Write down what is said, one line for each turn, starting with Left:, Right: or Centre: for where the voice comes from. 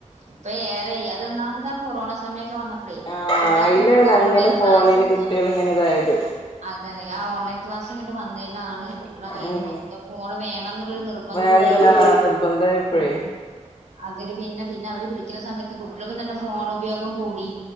Right: ഇപ്പ ഏറെ അതൊന്നാമത് ആ കൊറോണ സമയ വന്നപ്പളെ
Left: ആഹ്
Right: കുട്ട്യേൾക്കൊക്കെ
Left: അയിലാണ് അങ്ങനെ
Right: ഓൺലൈൻ
Left: ഫോണിന്
Right: ക്ലാസ്
Left: കുട്ടികൾ
Right: ആഹ്
Left: ഇങ്ങനെ ഇതായത്
Right: അതെ ലെ ആ ഓൺലൈൻ ക്ലാസ് ഇങ്ങട് വന്നേലാണ് കുട്ട്യേളെ കയ്യിൽ
Left: ഉം
Right: മൊത്തം ഫോണ് വേണംന്നുള്ളൊരു നിർബന്തോവായി
Left: വേണന്നില്ല നിർബന്ധമായപ്പോഴേ
Right: ആഹ് അതില് പിന്നെ പിന്നെ അവര് വിളിക്ക്ണെ സമയത്ത് കുട്ട്യോൾക്കും തന്നെ ഫോൺ ഉപയോഗം കൂടി